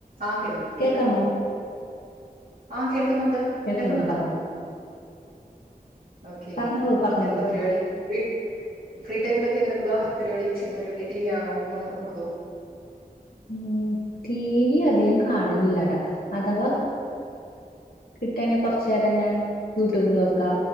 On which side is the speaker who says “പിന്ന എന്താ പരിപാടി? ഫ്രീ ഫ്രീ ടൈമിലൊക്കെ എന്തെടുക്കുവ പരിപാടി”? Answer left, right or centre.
Right